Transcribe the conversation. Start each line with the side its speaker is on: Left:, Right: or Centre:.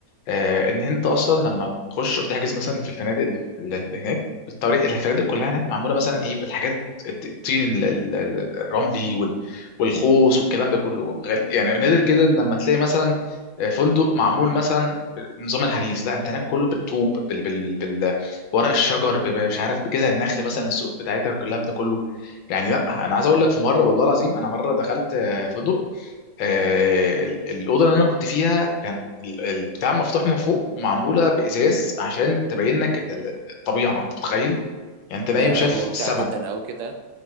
Left: آه، ان انت اصلا لما تخش وتحجز مثلا في الفنادق اللي, اللي هناك الطريق الفنادق كلها هناك معموله مثلا ايه بالحاجات الت- الطين ال- ال- ال- الرملي وال- والخوص والكلام ده كله غال- يعني نادر جدا لما تلاقي مثلا آه، فندق معمول مثلا بالنظام الحديث لا انت هناك كله بالطوب بال بال بال ورق الشجر ب- ب- مش عارف بجذع النخل مثلا السقوف بتاعتها والكلام ده كله يعني لا انا عايز اقول لك في مره والله العظيم انا مره دخلت آه، فندق آه، الاوضه اللي انا كنت فيها كان ال- ال- بتاع مفتوح من فوق معموله بازاز عشان تبين لك ال- ال- الطبيعه انت متخيل يعني انت نايم
Right: يعني
Left: شايف
Right: ممتعة
Left: السماء
Right: جدا اوي كده